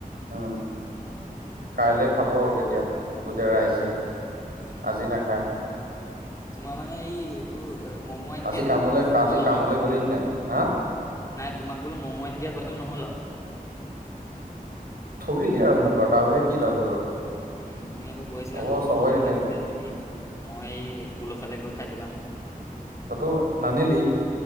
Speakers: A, on the right; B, on the left.
A: উম,
B: উম, উম,
A: কাইলে খাব আৰু তেতিয়া গোটেই ৰাইজে,
B: উম। উম।
A: আজি নাখায়।
B: তোমাৰ মানে এই এইটো মম আনি
A: আজি
B: দিয়াটো
A: কামলে
B: নহল
A: আজি কামলৈ
B: আঔ ন?
A: গলি নে নাই? হা?
B: নাই, তোমাক বোলো মম আনি দিয়া কথাটো নহ'ল আৰু
A: ঠগিলি আৰু মোক আৰু, তাৰ বাহিৰে কি তাত হ'ল আৰু।
B: উম, তুমি আকৌ কৈ আছিলা ন,
A: হ'ব
B: ম'ম
A: চবৰ দিন
B: একপ্লেট
A: আহিব
B: আনিবি, মই পূলফালে গৈ খাই পেলাম।
A: ততো, নানিলি?